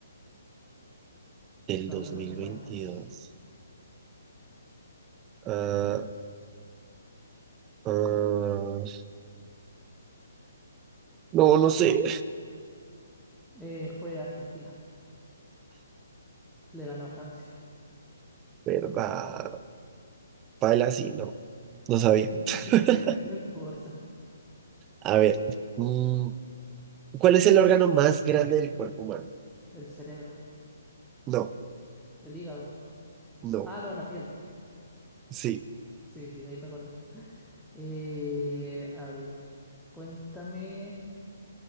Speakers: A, on the right; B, in the centre.
A: Del
B: no,
A: dos
B: el de Rusia
A: mil
B: fue
A: veintidós
B: antes.
A: Ah, ah, no, no sé.
B: Eh, fue Argentina. Le ganó a Francia.
A: ¿Verdad? Paila, sí, no. No sabía.
B: <laughs>
A: <laughs>
B: No importa.
A: A ver. mm, ¿cuál es el órgano más grande del cuerpo humano?
B: El cerebro,
A: No,
B: el hígado.
A: no.
B: Ah, no, la piel.
A: Sí.
B: Sí, sí, ahí me acordé. Eh, a ver, cuéntame